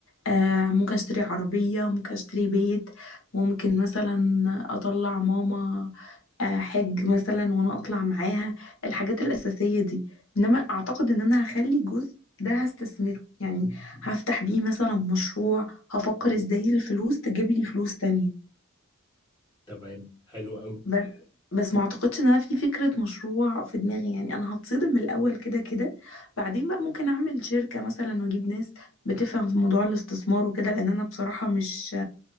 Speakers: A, on the left; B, on the left.
A: آه ممكن اشتري عربية ممكن اشتري بيت ممكن مثلا اطلع ماما آه حج مثلا وانا اطلع معاها الحاجات الأساسية دي انما اعتقد ان انا هخلي جزء ده هستثمره يعني هفتح بيه مثلا مشروع هفكر ازاي الفلوس تجيب لي فلوس تانية
B: تمام حلو قوي
A: بس بس ما اعتقدش ان انا في فكرة مشروع في دماغي يعني انا هتصدم الاول كده كده بعدين بقى ممكن اعمل شركة مثلا واجيب ناس بتفهم في موضوع الاستثمار وكده لان انا بصراحة مش